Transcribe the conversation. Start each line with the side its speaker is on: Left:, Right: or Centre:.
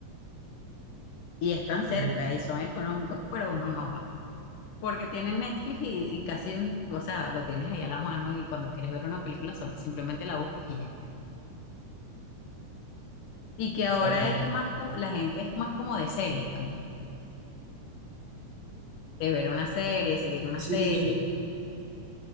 Left: Y están cerca
Right: mm,
Left: y son económicos, pero
Right: mm,
Left: uno no va. Porque tienes Netflix y, y casi, un- o sea, lo tienes ahí a la mano y cuando quieres ver una película solo, simplemente la buscas y ya. Y que ahora
Right: claro.
Left: es más como, la gente es más como de series también, de ver una serie, seguir una
Right: Sí.
Left: serie.
Right: sí.